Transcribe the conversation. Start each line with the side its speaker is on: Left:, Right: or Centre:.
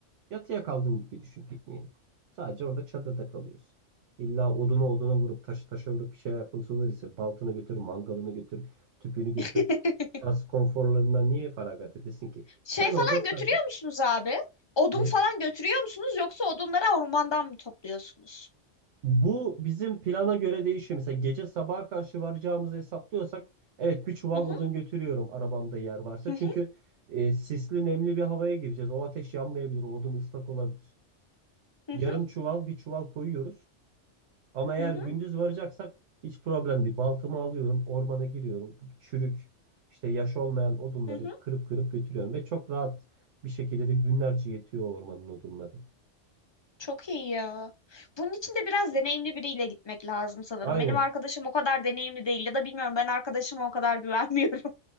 Right: Yatıya kaldığın gibi düşün pikniğini. Sadece orada çadırda kalıyorsun. İlla oduna oduna vurup taşı taşa vurup bir şey yapmak zorundaysa baltını götür, mangalını götür, tüpünü götür.
Left: <laughs>
Right: Bu tarz konforlarından niye feragat edesin ki?
Left: Şey
Right: Sen
Left: falan
Right: orada sadece
Left: götürüyor musunuz abi? Odun
Right: ne?
Left: falan götürüyor musunuz yoksa odunları ormandan mı topluyorsunuz?
Right: Bu bizim plana göre değişiyor. Mesela gece sabaha karşı varacağımızı hesaplıyorsak evet bir çuval
Left: Hı hı,
Right: odun götürüyorum arabamda yer varsa.
Left: hı hı,
Right: Çünkü e, sisli nemli bir havaya gireceğiz. O ateş yanmayabilir, o odun ıslak olabilir.
Left: hı
Right: Yarım
Left: hı,
Right: çuval bir çuval koyuyoruz. Ama eğer
Left: hı hı,
Right: gündüz varacaksak hiç problem değil. Baltamı alıyorum, ormana giriyorum. Çürük, işte yaş olmayan odunları
Left: hı
Right: kırıp kırıp götürüyorum. Ve çok rahat bir şekilde de günlerce yetiyor o ormanın odunları.
Left: Çok iyi ya. Bunun için de biraz deneyimli biriyle gitmek lazım sanırım.
Right: Aynen.
Left: Benim arkadaşım o kadar deneyimli değil ya da bilmiyorum ben arkadaşıma o kadar güvenmiyorum.